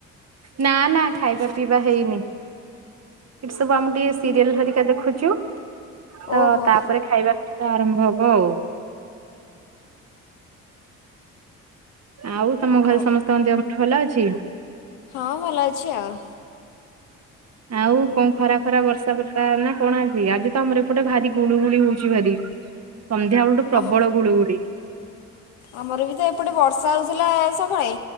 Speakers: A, on the right (about 40°); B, on the left (about 70°).
A: ନା ନା ଖାଇବା ପିଇବା ହେଇନି। ଏଠି ସବୁ ଆମେ ଟିକେ ସିରିଏଲ ହେରିକା ଦେଖୁଛୁ ତ
B: ଓହୋ
A: ତାପରେ ଖାଇବା ଟା ଆରମ୍ଭ ହବ ଅଉ। ଆଉ ତମ ଘରେ
B: ଆଉ
A: ସମସ୍ତଙ୍କ ଦେହ ମୁଣ୍ଡ ଭଲ ଅଛି?
B: ହଁ ଭଲ ଅଛି ଆଉ।
A: ଆଉ କଁ ଖରା ଫରା ବର୍ଷା ଫର୍ଷା ନା କଣ ଆଜି? ଆଜି ତ ଆମର ଏ ଏପଟେ ଭାରି ଗୁଳୁ ଗୁଳି ହଉଚି ଭାରି ସନ୍ଧ୍ୟାବେଳଠୁ ପ୍ରବଳ
B: ଆମ
A: ଗୁଳୁଗୁଳି।
B: ଆମର ବି ତ ଏପଟେ ବର୍ଷା ହଉଥିଲା ସକାଳେ